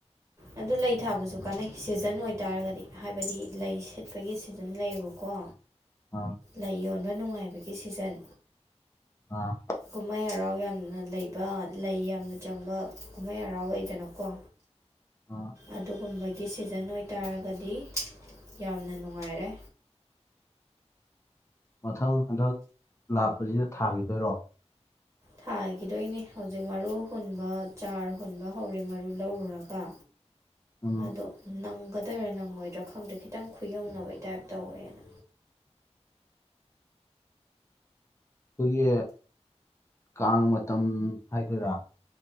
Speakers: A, on the right (about 25°); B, on the left (about 25°).
A: ꯑꯗꯨ ꯂꯩ ꯊꯥꯕꯁꯨ ꯀꯥꯟꯅꯩ ꯁꯤꯖꯟ ꯑꯣꯏꯇꯥꯔꯒꯗꯤ ꯍꯥꯏꯕꯗꯤ ꯂꯩ ꯁꯤꯠꯄꯒꯤ ꯁꯤꯖꯟ ꯂꯩꯌꯦꯕꯀꯣ
B: ꯑꯥ
A: ꯂꯩ ꯌꯣꯟꯕ ꯅꯨꯡꯉꯥꯏꯕꯒꯤ ꯁꯤꯖꯟ
B: ꯑꯥ
A: ꯀꯨꯝꯍꯩ ꯍꯔꯥꯎ ꯌꯥꯝꯅ ꯂꯩꯕ ꯂꯩ ꯌꯥꯝꯅ ꯆꯪꯕ ꯀꯨꯝꯍꯩ ꯍꯔꯥꯎ ꯂꯩꯗꯅꯀꯣ
B: ꯑꯥ
A: ꯑꯗꯨꯒꯨꯝꯕ ꯒꯤ ꯁꯤꯖꯟ ꯑꯣꯏꯇꯥꯔꯒꯗꯤ ꯌꯥꯝꯅ ꯅꯨꯡꯉꯥꯏꯔꯦ
B: ꯃꯊꯪ ꯍꯟꯗꯛ ꯂꯥꯞꯄꯁꯤꯗ ꯊꯥꯒꯤꯗꯣꯏꯔꯣ
A: ꯊꯥꯒꯤꯗꯣꯏꯅꯤ ꯍꯧꯖꯤꯛ ꯃꯔꯨ ꯍꯨꯟꯕ ꯆꯥꯔ ꯍꯨꯟꯕ ꯍꯧꯔꯦ ꯃꯔꯨ ꯂꯧꯔꯨꯔꯒ
B: ꯎꯝ
A: ꯑꯗꯣ ꯅꯪ ꯒꯗꯣꯏꯔꯥ ꯅꯪꯉꯣꯏꯗ꯭ꯔꯥ ꯈꯪꯗꯦ ꯈꯤꯇꯪ ꯈꯨꯌꯧꯅꯕꯩ ꯇꯥꯏꯞ ꯇꯧꯋꯦ <unintelligible>
B: ꯑꯈꯣꯏꯒꯤ ꯀꯥꯡ ꯃꯇꯝ ꯍꯥꯏꯗꯣꯏꯔꯥ